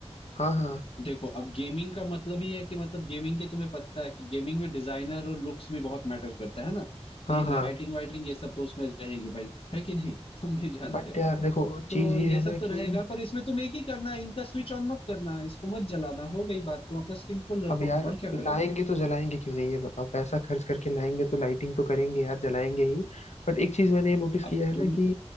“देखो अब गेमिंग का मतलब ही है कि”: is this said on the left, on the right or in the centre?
Left